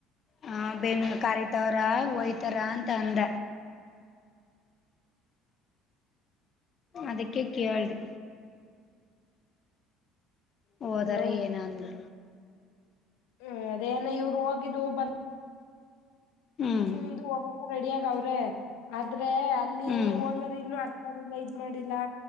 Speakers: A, on the left (about 40°); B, on the left (about 80°).
A: ಹ ಬೆನ್ನು ಕರಿತವರ ಒಯ್ತಾರ ಅಂತ ಅಂದ ಅದಕ್ಕೆ ಕೇಳ್ದೆ ಹೋದಾರ
B: ಹಲೋ
A: ಏನ ಅಂದು
B: ಹ್ಮ್ ಅದೇನ ಇವ್ರು ಹೋಗಿದ್ದು ಬ
A: ಹ್ಮ್
B: ಮಿಂದ ಹೋಗಕ ರೆಡಿ ಆಗಾವ್ರೆ ಆದ್ರೆ ಅಲ್ಲಿ
A: ಹ್ಮ್
B: ಓನರ್ ಇನ್ನು ಅದ್ನ ಮಾಡಿಲ್ಲ ಇದ್ ಮಾಡಿಲ್ಲಾ